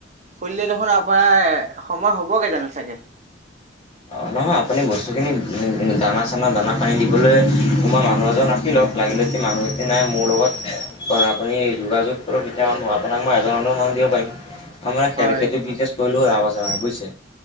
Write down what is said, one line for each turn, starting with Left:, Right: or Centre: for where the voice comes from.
Right: খুলিলে দেখোন আপোনাৰ সময় হবগে জানো চাগে?
Left: অহ, নহয় আপুনি বস্তু খিনি দানা- চানা -দানা পানী দিবলৈ কোনোবা মানুহ এজন ৰাখি ল'। লাগিলে কি মানুহ এটি নাই মোৰ লগত। কৰ আপুনি যোগাযোগ কৰক, তেতিয়া আপোনাক মই এজন -এজনৰ মানুহ দিব পাৰিম। তাৰমানে সেইটো
Right: হয়।
Left: বিজনেছ কৰিলেও লাভ আছে মানে বুইছে?